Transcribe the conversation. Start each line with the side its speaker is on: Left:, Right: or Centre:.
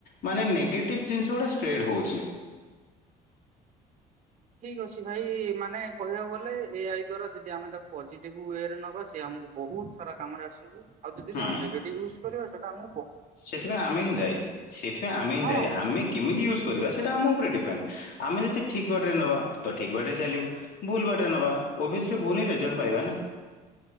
Left: ମାନେ ନେଗେଟିଭ୍ ଜିନିଷ ଗୁଡ଼ା ସ୍ପ୍ରେଡ଼୍ ହେଉଛି।
Right: ଠିକ୍ ଅଛି ଭାଇ ମାନେ, କହିବାକୁ ଗଲେ ଏ ଆଇ ଦ୍ଵା ଯଦି ଆମେ ତାକୁ ପଜିଟିଭ ୱରେ ନବା ସେ ଆମକୁ ବହୁତ ସାରା କାମରେ ଆସିବୁ, ଆଉ ଯଦି
Left: ହୁଁ
Right: ତମେ ନେଗେଟିଫ୍ ୟୁଜ କରିବା ସେଟା ଆମୁ
Left: ସେଥିପାଇଁ ଆମେ ହିଁ ଦାଇ ସେଥିପାଇ ଆମେ ହିଁ
Right: ହଁ
Left: ଦାଇ ଆମେ କେମିତି ୟୁଜ୍, କରିବା ସେଇଟା ଆମ ଉପରେ ଡିପେଣ୍ଡ ଆମେ ଯଦି ଠିକ୍ ବାଟରେ ନେବା ତ ଠିକ୍ ବାଟରେ ଚାଲିବ, ଭୁଲ ବାଟରେ ନେବା ଅବେସ୍ଲି ଭୁଲ ହିଁ ରେଜଲ୍ଟ ପାଇବା ନା